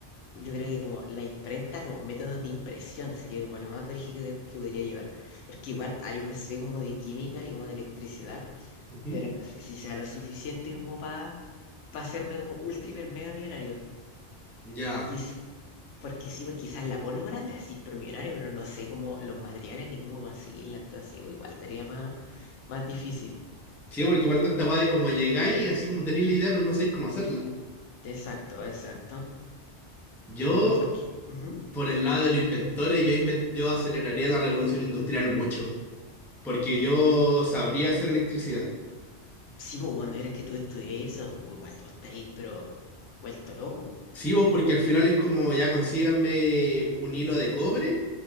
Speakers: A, on the left; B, in the centre.
A: Yo creo que como la imprenta, como métodos de impresión sería como lo más brígido de- que podría llevar. Porque igual algo sé como de química y como de electricidad,
B: Ujú.
A: pero no sé si sea lo suficiente como para hacerme como ultra hiper mega millonario.
B: Ya.
A: Quiz- porque sí, pues quizás la pólvora te haces pero millonario, pero no sé cómo los materiales ni cómo conseguirla, entonces igual estaría más, más difícil.
B: Sí, porque igual está esta weá de como llegáis, así como tenéis la idea, pero no sabéis cómo hacerla.
A: Exacto, exacto.
B: Yo,
A: Mm, Porque, ujú.
B: por el lado de los inventores, yo, inven- yo aceleraría la revolución industrial mucho. porque yo sabría hacer electricidad.
A: Sí, pues, bueno, eres que tú estudias eso, o igual tú estáis, pero vuelto loco.
B: Sí, vos, porque al final es como ya consíganme un hilo de cobre,